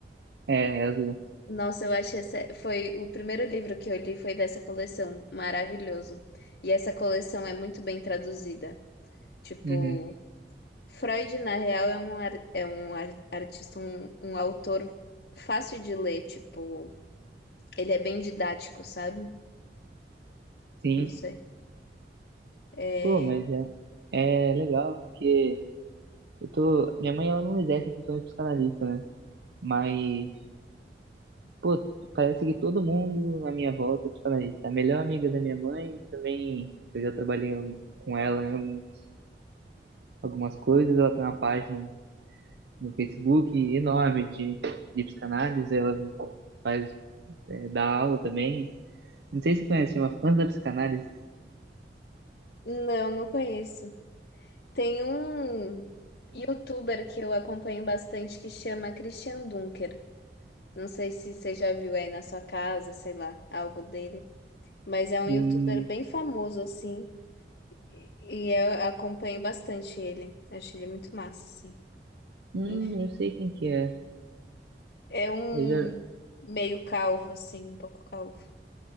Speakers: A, on the right; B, on the left.
A: É, é azul.
B: Nossa, eu acho essa foi o primeiro livro que eu li foi dessa coleção, maravilhoso. E essa coleção é muito bem traduzida. Tipo,
A: Uhum,
B: Freud, na real, é um, ar- é um ar- artista, um, um autor fácil de ler, tipo, ele é bem didático, sabe?
A: sim.
B: Não sei. É,
A: Pô, mas é, é legal, porque eu tô. Minha mãe ela não exerce a função de psicanalista, né? Mas Pô, parece que todo mundo à minha volta te fala isso. A melhor amiga da minha mãe também, que eu já trabalhei com ela em alguns- algumas coisas, ela tem uma página no Facebook enorme de, de psicanálise, ela faz, é, dá aula também. Não sei se você conhece, chama Fãs da Psicanálise.
B: Não, não conheço. Tem um youtuber que eu acompanho bastante que chama Christian Dunker. Não sei se você já viu aí na sua casa, sei lá, algo dele. Mas é um
A: Hum,
B: youtuber bem famoso, assim. E e eu acompanho bastante ele. Acho ele muito massa, assim.
A: hum,
B: Enfim.
A: eu sei quem que é.
B: É um
A: Eu já,
B: meio calvo, assim, um pouco calvo.